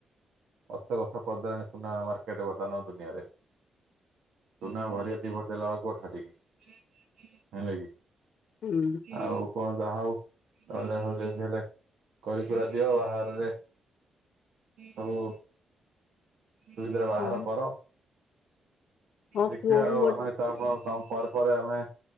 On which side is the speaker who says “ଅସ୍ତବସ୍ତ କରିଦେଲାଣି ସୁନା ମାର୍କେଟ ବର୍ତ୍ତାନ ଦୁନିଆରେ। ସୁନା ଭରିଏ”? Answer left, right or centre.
Right